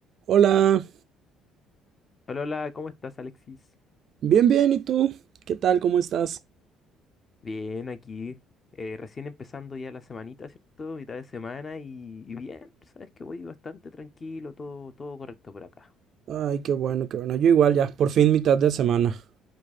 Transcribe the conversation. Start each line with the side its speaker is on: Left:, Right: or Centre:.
Right: Hola,
Left: Hola, hola, ¿cómo estás, Alexis?
Right: bien, bien, ¿y tú? ¿Qué tal? ¿Cómo estás?
Left: Bien, aquí, eh, recién empezando ya la semanita, ¿cierto? Mitad de semana y, y bien, sabes que voy bastante tranquilo, todo, todo correcto por acá.
Right: Ay, qué bueno, qué bueno. Yo igual ya, por fin mitad de semana.